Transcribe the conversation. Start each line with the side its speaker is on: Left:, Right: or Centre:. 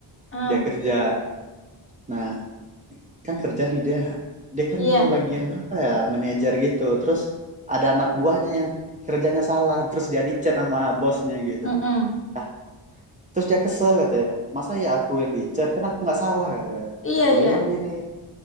Left: Heeh.
Right: dia kerja nah kan kerja nih dia dia kan
Left: Iya.
Right: bagian apa ya manajer gitu terus ada anak buahnya yang kerjanya salah terus dia dicat sama bosnya gitu
Left: Heeh.
Right: Nah, terus dia kesel katanya masa ya aku yang dicat kan aku nggak salah katanya
Left: Iya,
Right: ya aku
Left: iya.
Right: bilang gini